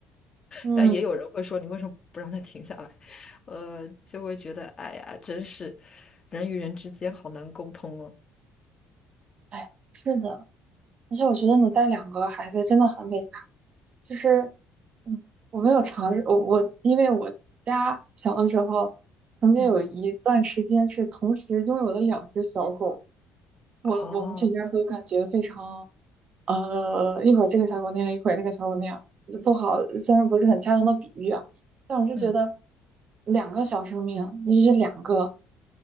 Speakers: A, on the right; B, on the left.
A: 嗯，
B: 但也有人会说你为什么不让他停下来？呃，就会觉得哎呀，真是人与人之间好难沟通哦。
A: 哎，是的，而且我觉得你带两个孩子真的很伟大。就是，嗯，我没有尝试，我我因为我家小的时候曾经有一段时间是同时拥有了两只小狗，
B: 嗯，
A: 我我们全家都感觉非常
B: 哦，
A: 呃，一会儿这个小狗那样，一会儿那个小狗那样，不好，虽然不是很恰当的比喻啊，但我是觉得
B: 嗯。
A: 两个小生命，尤其是两个